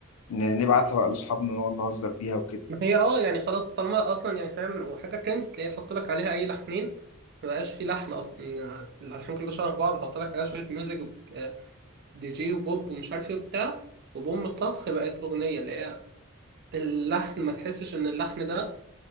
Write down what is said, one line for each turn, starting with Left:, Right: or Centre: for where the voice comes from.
Left: ن- نبعتها بقى لأصحابنا ونقعد نهزر بيها وكده
Right: ما هي اه يعني خلاص طالما اصلا يعني فاهم وحاجه ترند تلاقيه حط لك عليها اي لحنين ما بقاش في لحن اصلا يعني الالحان كلها شبه بعض حط لك عليها شويه ميوزك آه، دي جي وبوب ومش عارف ايه وبتاع وبوم طخ بقت اغنيه اللي هي اللحن ما تحسش ان اللحن ده